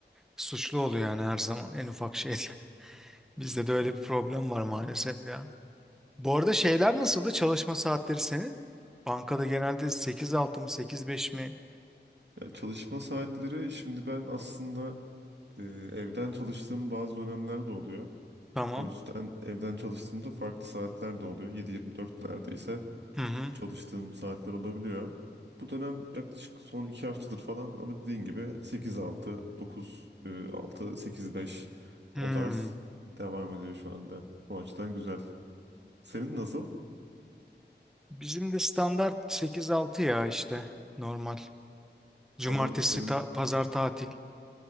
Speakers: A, in the centre; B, on the right.
A: suçlu oluyor yani her zaman en ufak şeyde. <laughs> Bizde de öyle bir problem var maalesef ya. Bu arada şeyler nasıldı? Çalışma saatleri senin? Bankada genelde 8.6 mı sekiz beş mi?
B: Ya çalışma saatleri şimdi ben aslında e, evden çalıştığım bazı dönemler de oluyor.
A: Tamam.
B: O yüzden evden çalıştığımda farklı saatler de oluyor. 7-24 neredeyse
A: Hı hı.
B: çalıştığım saatler olabiliyor. Bu dönem yaklaşık son 2 haftadır falan ama dediğin gibi 8-6, 9-6, 8-5
A: Hmm.
B: o tarz devam ediyor şu anda. Bu açıdan güzel. Senin nasıl?
A: Bizim de standart 8.6 ya işte normal.
B: Ama
A: Cumartesi
B: senin
A: ta- pazar tatil.